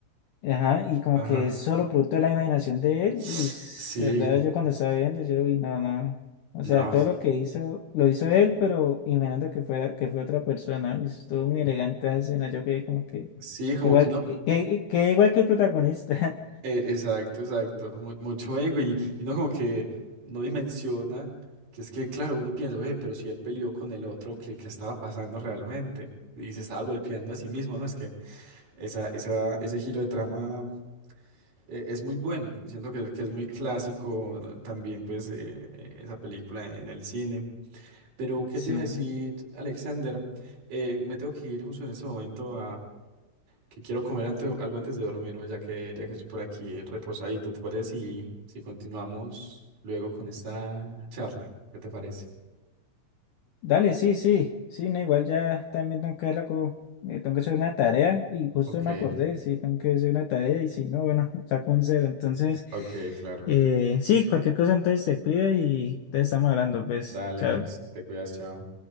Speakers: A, on the left; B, on the right.
A: ajá, y como
B: Ajá.
A: que es solo producto de la imaginación de él.
B: Sí,
A: Uy, es verdad, yo cuando estaba viendo, yo, uy, no, no. no. O
B: no.
A: sea, todo lo que hizo, lo hizo él, pero imaginando que fuera, que fue otra persona. Uy, estuvo muy elegante esa escena. Yo quedé como que,
B: Sí, como
A: igual
B: que uno...
A: que, que, que- que igual que el protagonista.
B: Eh, exacto, exacto. mu- mucho ego y, y uno como que no dimensiona que es que, claro, uno piensa, "Ve, pero si él peleó con el otro, ¿qué, qué estaba pasando realmente? Y se estaba golpeando a sí mismo, ¿no? Es que esa, esa, ese giro de trama eh, es muy bueno. y Siento que, que es muy clásico ¿no? también, pues, eh, eh, esa película en el cine. Pero, ¿qué
A: <laughs> Sí.
B: te iba a decir, Alexander? Eh, me tengo que ir justo en este momento que quiero comer ante- algo antes de dormirme, ya que, ya que estoy por aquí reposadito. ¿Te parece si, si continuamos luego con esta charla? ¿Qué te parece?
A: Dale, sí, sí, sí, no, igual ya también tengo que hacer como, eh, tengo que hacer una tarea y justo
B: Ok,
A: me acordé, sí, tengo que hacer una tarea y si no, bueno, <laughs> saco un cero. Entonces,
B: ok, claro.
A: eh, sí, cualquier cosa entonces te cuido y te estamos hablando, pues,
B: Dale,
A: chao.
B: Alex, te cuidas, chao.